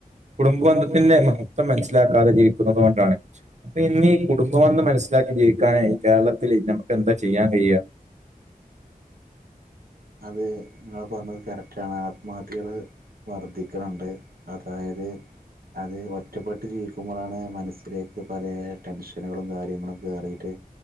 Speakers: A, on the right; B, on the right.
A: കുടുംബബന്ധത്തിന്റെ മഹത്വം മനസ്സിലാക്കാതെ ജീവിക്കുന്നത് കൊണ്ടാണ് അപ്പൊ ഇന്നീ കുടുംബമെന്ന് മനസ്സിലാക്കി ജീവിക്കാന് കേരളത്തില് ഞമുക്ക് എന്താ ചെയ്യാൻ കഴിയാ
B: അത് നിങ്ങ പറഞ്ഞത് കറക്റ്റാണ് ആത്മഹത്യകള് വർധിക്കുന്നുണ്ട് അതായത് അത് ഒറ്റപ്പെട്ട് ജീവിക്കുമ്പോഴാണ് മനസ്സിലേക്ക് പല ടെൻഷനുകളും കാര്യങ്ങളും കേറിയിട്ട് ടെ